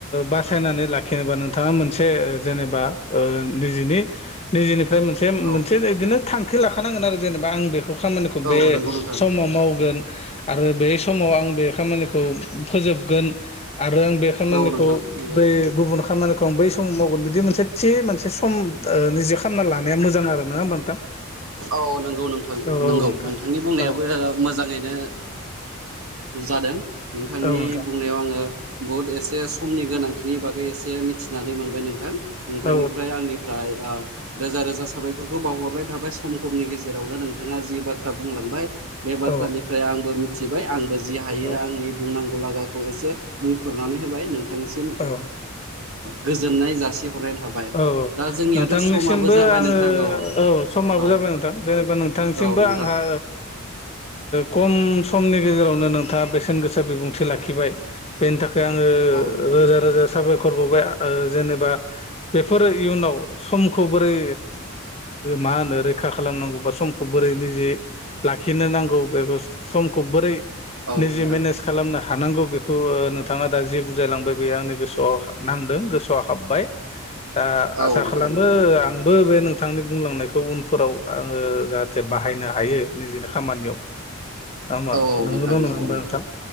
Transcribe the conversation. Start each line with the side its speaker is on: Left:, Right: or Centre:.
Left: बासायनानै लाखिनोबा नोंथांङा मोनसे जेनेबा निजिनि निजेनिफ्राय मोनसे
Right: औ
Left: मोनसे बिदिनो थांखि लाखानांगोन आरो जेनेबा आं बेखौ खामानिखौ बे
Right: औ नंगौ
Left: समाव
Right: नोंथां
Left: मावगोन आरो बे समाव आं बे खामानिखौ फोजोबगोन आरो आं बे खामानिखौ
Right: औ नोंथां नंगौ
Left: बै गुबुन खामानिखौ आं बै सम मावगोन बिदि मोनसे थि मोनसे सम निजे खालामना लानाया मोजां आरो नंङा होमबा नोंथां
Right: औ नंगौ नोंथां
Left: औ
Right: नंगौ
Left: औ नोंथां
Right: नोंथांनि बुंनायाबो
Left: औ
Right: मोजांङैनो जादों नोंथांनि
Left: औ नोंथां
Right: बुंनायाव आंङो बुहुद एसे समनि गोनांथिनि बागै एसे मिथिनानै मोनबाय नोंथां नोंथांनिफ्राय
Left: औ
Right: आंनिफ्राय रोजा रोजा साबायखरखौ बावहरनाय थाबाय सम समनि गेजेरावनो नोंथांङा जि बाथ्रा बुंलांबाय बे बाथ्रानिफ्राय
Left: औ
Right: आंबो मिथिबाय आंबो जि हायो
Left: औ
Right: आंनि बुंनांगौ लागाखौ एसे बुंफोरनानै होबाय नोंथां बिथांसिम
Left: औ औ
Right: गोजोननाय जासि थिहरनाय थाबाय
Left: औ
Right: दा जोंनियाथ'
Left: नोंथांनिसिमबो
Right: समाबो जाबाय
Left: आङो
Right: नोंथां औ
Left: समाबो
Right: औ
Left: जाबाय नोंथां जेनेबा नोंथांसिमबो
Right: औ नोंथां
Left: आंहा खम समनि गेजेरावनो नोंथांङा बेसेन गोसा बिबुंथि लाखिबाय बेनि थाखाय आंङो
Right: औ नोंथां
Left: रोजा रोजा साबायखर बावबाय जेनेबा बेफोरो इयुनाव समखौ बोरै मा होनो रैखा खालामनांगौ बा समखौ बोरै निजि लाखिनो नांगौ बेखौ समखौ बोरै
Right: औ
Left: निजे
Right: नोंथां
Left: मेनेज खालामनो हा थानांगौ बेखौ नोंथांङा दा जि बुजायलांबाय बे आंनि गोसोआव नांदों गोसोआ हाबबाय दा
Right: औ
Left: आसा
Right: नोंथां
Left: खालामो
Right: नंगौ
Left: आंबो बे बिथांनि बुंलांनायखौ उनफोराव आंङो जाहाथे बाहायनो हायो निजिनि खामानियाव
Right: <inaudible>
Left: हामा
Right: औ
Left: नंगौन'
Right: नोंथां नंगौ
Left: नंङा
Right: नंगौ
Left: नोंथां